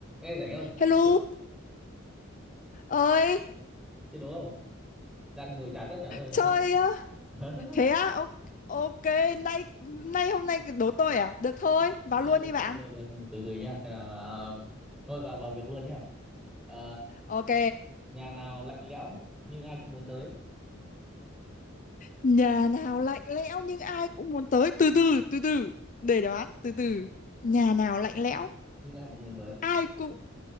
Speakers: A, in the centre; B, on the left.
A: Ê rảnh không?
B: Hello,
A: Chơi
B: ơi,
A: chơi đố không? Đang ngồi chán quá chả ra
B: chơi
A: chơi.
B: á.
A: <laughs>
B: Thế á, o- ok, nay nay hôm nay đố tôi à? Được thôi, vào
A: Ờ,
B: luôn
A: được,
B: đi
A: được,
B: bạn.
A: được, được. Từ từ nhá, xem nào. À, thôi vào vào việc luôn nhá. À,
B: Ok,
A: nhà nào lạnh lẽo nhưng ai cũng muốn tới,
B: nhà nào lạnh lẽo nhưng ai cũng muốn tới. Từ từ, từ từ, để đoán, từ từ. Nhà nào lạnh lẽo,
A: nhưng ai cũng muốn tới.
B: ai cũng...